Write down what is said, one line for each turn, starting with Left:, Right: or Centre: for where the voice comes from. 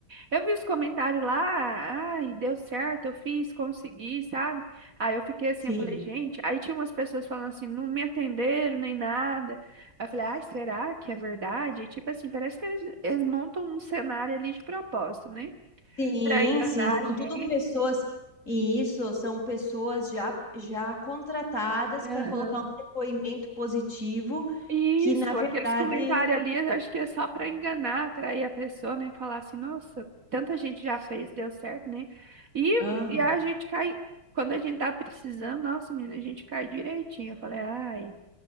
Right: eu vi os comentários lá, ai, deu certo, eu fiz, consegui, sabe? Aí eu fiquei assim,
Left: Sim.
Right: eu falei, gente, aí tinha umas pessoas falando assim, não me atenderam nem nada. Aí eu falei, ai, será que é verdade? E, tipo assim, parece que eles, eles montam um cenário ali de propósito, né?
Left: Sim,
Right: Pra enganar
Left: sim, são
Right: a gente.
Left: tudo pessoas e isso são pessoas já já contratadas
Right: Aham.
Left: para colocar um depoimento positivo
Right: Isso,
Left: que na verdade
Right: aqueles comentários ali, eu acho que é só para enganar, atrair a pessoa, né? Falar assim, nossa, tanta gente já fez, deu certo, né? E,
Left: Aham.
Right: e a gente cai, quando a gente tá precisando, nossa, menina, a gente cai direitinho. Eu falei, ai,